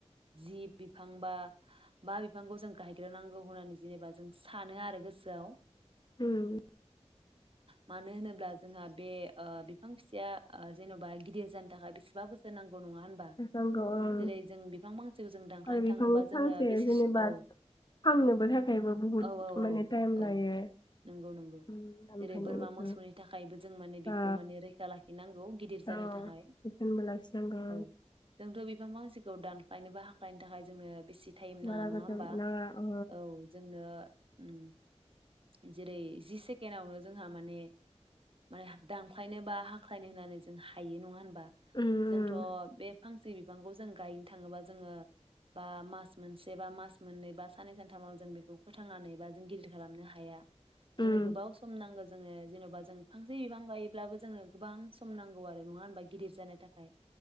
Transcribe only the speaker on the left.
उम।
नांगौ ओं
आरो बिफां
फांसे
जेनेबा
फाननोबो थाखायबो बुहुद
माने टाइम लायो
उम, ओमफ्राय
बेखौ
ओ
औ
जोथोनबो लाखिनांगौ
बारा
गोजान
नाङा ओ
उम
उम